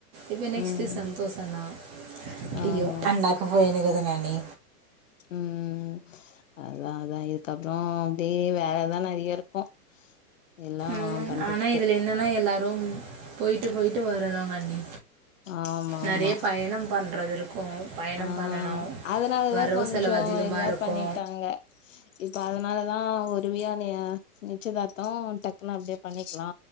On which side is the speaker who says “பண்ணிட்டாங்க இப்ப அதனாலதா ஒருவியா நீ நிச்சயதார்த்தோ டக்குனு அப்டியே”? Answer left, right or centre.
Left